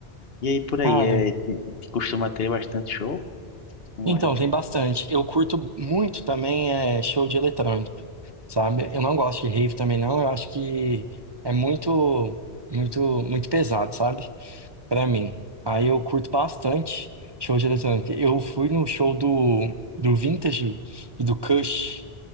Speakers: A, on the left; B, on the right.
A: E aí, por aí,
B: Cara,
A: é, te- costuma ter bastante show? Como
B: então
A: é?
B: tem bastante. Eu curto muito também é, show de eletrônico, sabe? Eu não gosto de rave também, não. Eu acho que é muito, muito, muito pesado, sabe? pra mim. Aí eu curto bastante show de eletrônica. Eu fui no show do, do Vintage e do Kush